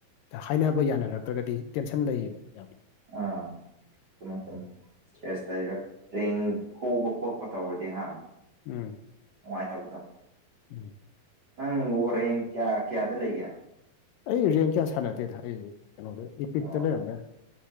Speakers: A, on the left (about 80°); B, on the right (about 45°).
A: ꯍꯥꯏꯅꯕ ꯌꯥꯅꯔꯛꯇ꯭ꯔꯒꯗꯤ ꯇꯦꯟꯁꯟ ꯂꯩꯌꯦꯕ ꯌꯥꯝꯅ
B: ꯑꯥ ꯆꯨꯝꯃꯦ ꯆꯨꯝꯃꯦ ꯑꯁꯇ꯭ꯁꯦꯁ ꯂꯩꯔ ꯍꯌꯦꯡ ꯐꯨꯕ ꯈꯣꯠꯄ ꯇꯧꯔꯗꯤ ꯍꯥ
A: ꯎꯝ
B: ꯅꯨꯡꯉꯥꯏꯇꯕꯗꯣ
A: ꯎꯝ
B: ꯅꯪ ꯋꯥꯔꯦꯟ ꯀꯌꯥ ꯀꯌꯥꯗ ꯂꯩꯒꯦ
A: ꯑꯩ ꯔꯦꯡꯛ ꯀꯌꯥ ꯁꯥꯟꯅꯗꯦꯗ ꯑꯩ ꯀꯩꯅꯣꯗ ꯏꯄꯤꯛꯇ
B: ꯑꯣ
A: ꯂꯩꯔꯝꯕ ꯌꯥꯏ